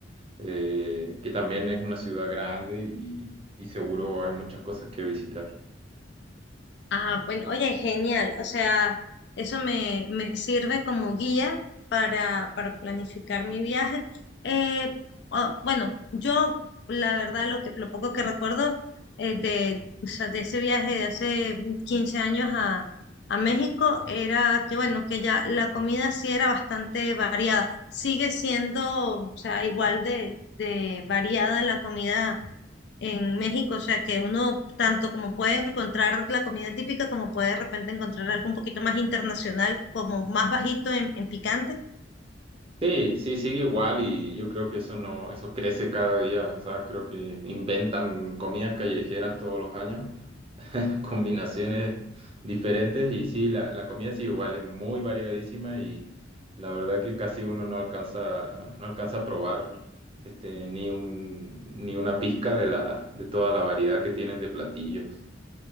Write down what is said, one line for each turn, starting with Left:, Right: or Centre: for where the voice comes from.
Right: eh, que también es una ciudad grande y, y seguro hay muchas cosas que visitar.
Left: Ah, bueno, oye, genial. O sea, eso me, me sirve como guía para, para planificar mi viaje. Eh, ah, bueno, yo la verdad lo que, lo poco que recuerdo eh, de, o sea, de ese viaje de hace 15 años a, a México era que, bueno, que ya la comida sí era bastante variada. Sigue siendo, o sea, igual de, de variada la comida en México, o sea que uno tanto como puede encontrar la comida típica, como puede de repente encontrar algo un poquito más internacional, como más bajito en, en picante.
Right: Sí, sí, sigue igual y yo creo que eso no, eso crece cada día, o sea, creo que inventan comidas callejeras todos los años combinaciones diferentes y sí, la, la comida sí igual es muy variadísima y la verdad que casi uno no alcanza, no alcanza a probar este, ni un, ni una pizca de la, de toda la variedad que tienen de platillos.